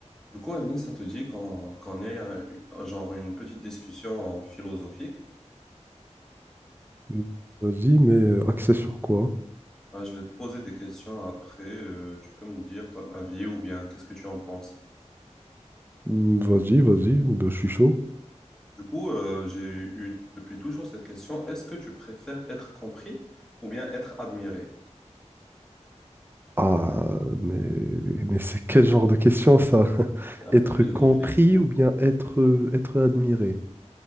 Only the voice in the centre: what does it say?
Du coup, Amine, ça te dit qu'on qu'on ait un- un- genre une petite discussion philosophique.
Ah, je vais te poser des questions après. euh, tu peux me dire ton avis ou bien qu'est-ce que tu en penses.
Du coup, euh, j'ai eu depuis toujours cette question. Est-ce que tu préfères être compris ou bien être admiré?
C'est un
peu philosophique.